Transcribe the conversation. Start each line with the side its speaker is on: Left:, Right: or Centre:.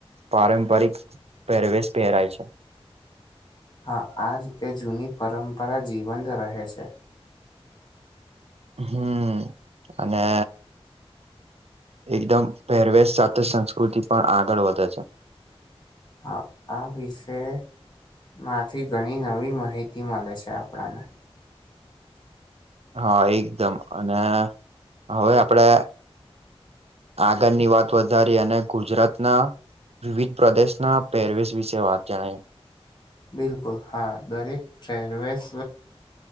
Right: પારંપરિક પહેરવેશ પહેરાય છે.
Left: હા, આ રીતે જૂની પરંપરા જીવંત રહે છે.
Right: હમ, અને એકદમ, પહેરવેશ સાથે સંસ્કૃતિ પણ આગળ વધે છે‌.
Left: હા, આ વિશે માંથી ઘણી નવી માહિતી મળે છે આપણને.
Right: હા, એકદમ અને હવે આપડે આગળની વાત વધારી અને ગુજરાતના વિવિધ પ્રદેશના પેરવસ વિશે વાત જણાય.
Left: બિલકુલ, હા, દરેક ફરવેસ